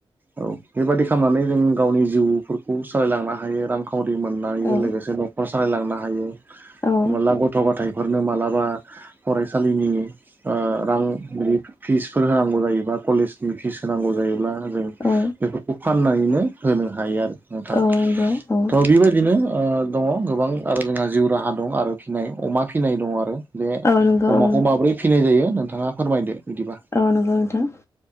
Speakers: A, on the right (about 20°); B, on the left (about 30°).
A: औ बेबादि खालामनानै जों गावनि जिउफोरखौ सालायलांनो हायो रां खावरि मोननायजों
B: औ
A: लोगोसे न'खर सालायलांनो हायो
B: औ
A: हमला गथ' गथाय फोरनो मालाबा फरायसालिनि रां बिदि फिसफोर होनांगौ जायोबा कलेजनि फिस होनांगौ जायोब्ला जों
B: औ
A: बेफोरखौ फान फाननायनो होनो हायो आरो नोंथां
B: औ नंगौ औ
A: थ' बेबायदिनो दङ गोबां आरो जोंहा जिउ राहा दं आरो फिनाय अमा फिनाय दं आरो बे
B: औ नंगौ
A: अमाखौ
B: औ नोंथां
A: माबोरै फिनाय जायो नोंथाङा फोरमायदो। बिदिबा
B: औ नंगौ नोंथां